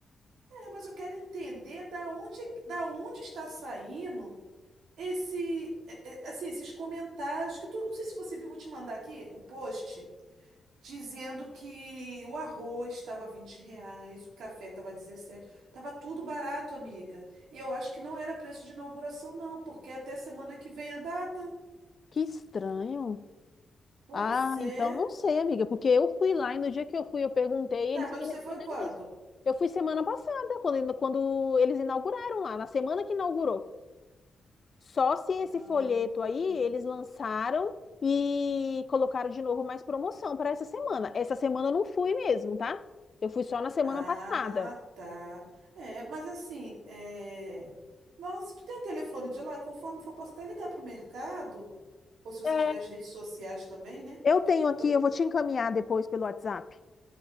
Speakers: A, on the right; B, on the left.
A: É, mas eu quero entender da onde, da onde está saindo esse, é, é, assim, esses comentários que tu, não sei se você viu, vou te mandar aqui o post dizendo que o arroz estava 20 reais, o café estava 17, estava tudo barato, amiga. E eu acho que não era preço de inauguração, não, porque até semana que vem a data.
B: Que estranho.
A: Pois
B: Ah,
A: é.
B: então não sei, amiga, porque eu fui lá e no dia que eu fui eu perguntei e
A: Tá,
B: eles
A: mas
B: me
A: você
B: responderam
A: foi quando?
B: isso. Eu fui semana passada, quando, quando eles inauguraram lá, na semana que inaugurou. Só se esse
A: Ah,
B: folheto aí eles lançaram e colocaram de novo mais promoção para essa semana. Essa semana eu não fui mesmo, tá? Eu fui só na semana
A: ah,
B: passada.
A: tá. É, mas assim, é... Nossa, tu tem o telefone de lá, e conforme for, posso até ligar pro mercado, ou se você
B: É.
A: tiver as redes sociais também, né?
B: Eu tenho aqui,
A: Eu-
B: eu vou te encaminhar depois pelo WhatsApp.